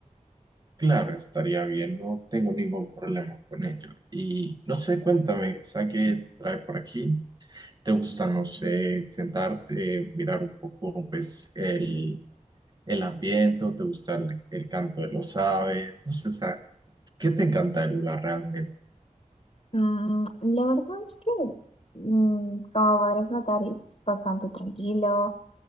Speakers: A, on the right; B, on the left.
A: Claro, estaría bien, no tengo ningún problema con ello. Y no sé, cuéntame, ¿sabes qué te trae por aquí? ¿Te gusta, no sé, sentarte, mirar un poco, pues, el, el ambiente? o ¿Te gusta el, el canto de los aves? No sé, o sea, ¿qué te encanta del lugar realmente?
B: Mm, la verdad es que, mm, como podrás notar, es bastante tranquilo.